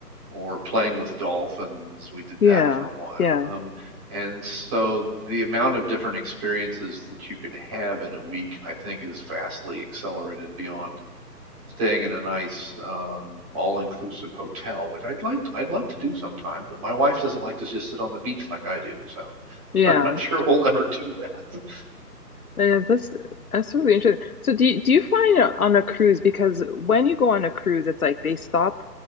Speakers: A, on the right (about 20°); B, on the left (about 60°).
A: or playing with dolphins. We did
B: Yeah.
A: that for a while.
B: Yeah.
A: Um, and so the amount of different experiences that you can have in a week, I think, is vastly accelerated beyond staying in a nice um, all-inclusive hotel, which I'd like I'd love to do sometime, but my wife doesn't like to just sit on the beach like I do, so <laughs>
B: Yeah.
A: I'm not sure we'll ever do that.
B: Yeah, that's that's really interesting. So do you, do you find uh, on a cruise because when you go on a cruise, it's like they stop